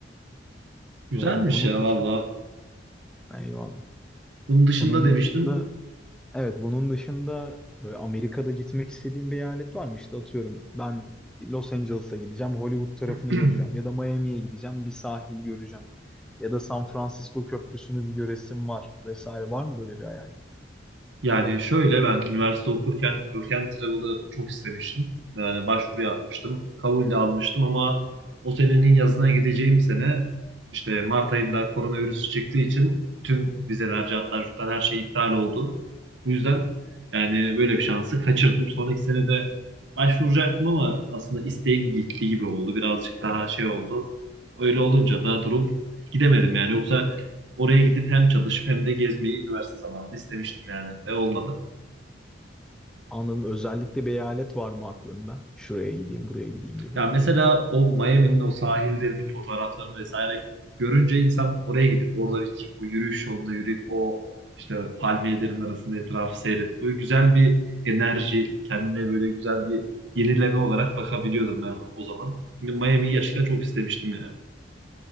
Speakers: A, on the right (about 75°); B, in the centre.
A: Güzelmiş
B: Böyle bunun
A: ya
B: dışında
A: valla.
B: eyvallah.
A: Bunun dışında
B: Bunun
A: demiştin
B: dışında evet bunun dışında böyle Amerika'da gitmek istediğim bir eyalet var mı? İşte atıyorum ben Los Angeles'a gideceğim, Hollywood tarafını
A: <clears throat>
B: göreceğim ya da Miami'ye gideceğim, bir sahil göreceğim. Ya da San Francisco Köprüsü'nü bir göresim var vesaire var mı böyle bir hayal?
A: Yani şöyle ben üniversite okurken Work and Travel'ı çok istemiştim. Yani başvuru yapmıştım. Kabul de almıştım ama o senenin yazına gideceğim sene işte Mart ayında koronavirüs çıktığı için bütün vizeler, cartlar, curtlar her şey iptal oldu. Bu yüzden yani böyle bir şansı kaçırdım. Sonraki sene de başvuracaktım ama aslında isteğim gitti gibi oldu. Birazcık daha şey oldu. Öyle olunca da durum gidemedim yani. Yoksa Oraya gidip hem çalışıp hem de gezmeyi üniversite zamanında istemiştim yani ve olmadı.
B: Anladım. Özellikle bir eyalet var mı aklında? Şuraya gideyim, buraya gideyim gibi.
A: Ya mesela o Miami'nin o sahillerinin fotoğraflarını vesaire görünce insan oraya gidip oradaki o yürüyüş yolunda yürüyüp o işte palmiyelerin arasında etrafı seyredip böyle güzel bir enerji kendine böyle güzel bir yenileme olarak bakabiliyordum ben o zaman. Miami'yi gerçekten çok istemiştim yani.